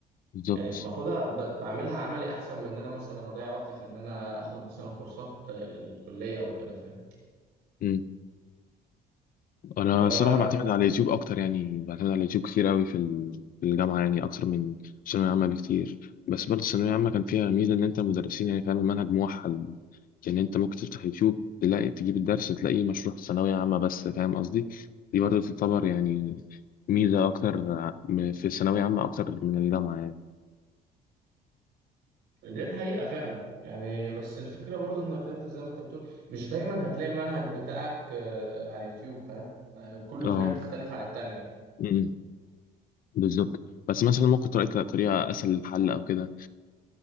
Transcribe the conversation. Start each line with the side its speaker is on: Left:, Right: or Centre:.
Left: بالظبط
Right: يعني باخدها ب- بعملها عملي احسن من ان انا مثلا اضيع وقتي في ان انا اخد مثلا كورسات الكليه او كده فاهم
Left: مم. انا
Right: ف
Left: الصراحه بعتمد على اليوتيوب اكتر يعني بعتمد على اليوتيوب كتير قوي في ال- في الجامعه يعني اكتر من الثانويه العامه بكتير بس برضه الثانويه العامه كان فيها ميزه ان انت المدرسين يعني فاهم المنهج موحد يعني انت ممكن تفتح يوتيوب تلاقي تجيب الدرس تلاقيه مشروح ثانويه عامه بس فاهم قصدي دي برضه تعتبر يعني ميزه اكتر ع- م- في الثانويه عامه اكتر من الجامعه يعني
Right: ديت حقيقه فعلا يعني بس الفكره برضو انك انت زي ما انت بتقول مش دايما هتلاقي المنهج بتاعك آه، على اليوتيوب فاهم آه، كل
Left: اه
Right: كليه بتختلف عن التانية
Left: مم. بالظبط بس مثلا ممكن تلاقي طريقه اسهل للحل او كده